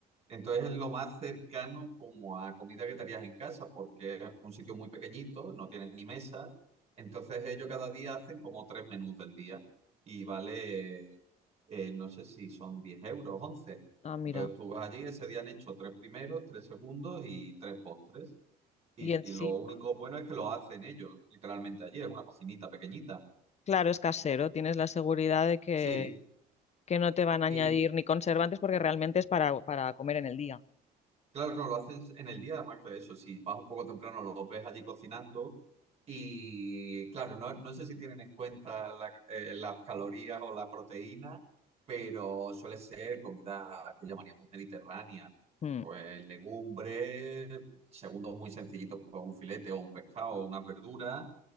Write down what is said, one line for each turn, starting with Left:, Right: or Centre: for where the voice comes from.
Right: entonces es lo más cercano como a comida que te harías en casa, porque es un sitio muy pequeñito, no tienen ni mesas, entonces ellos cada día hacen como tres menús del día y vale, eh, no sé si son 10 euros, 11.
Left: ah, mira.
Right: Entonces tú vas allí, ese día han hecho tres primeros, tres segundos y tres postres. Y,
Left: Y encima,
Right: y lo único bueno es que lo hacen ellos, literalmente allí, es una cocinita pequeñita.
Left: claro, es casero, tienes la seguridad de que,
Right: Sí,
Left: que no te van a
Right: y,
Left: añadir
Right: y
Left: ni conservantes porque realmente es para, para comer en el día.
Right: claro, claro, lo haces en el día, además que eso, si vas un poco temprano, los ves allí cocinando y claro, no, no sé si tienen en cuenta la- eh, las calorías o la proteína, pero suele ser comida que llamaríamos mediterránea,
Left: Mm.
Right: pues legumbres, segundos muy sencillitos, pues un filete o un pescado o unas verduras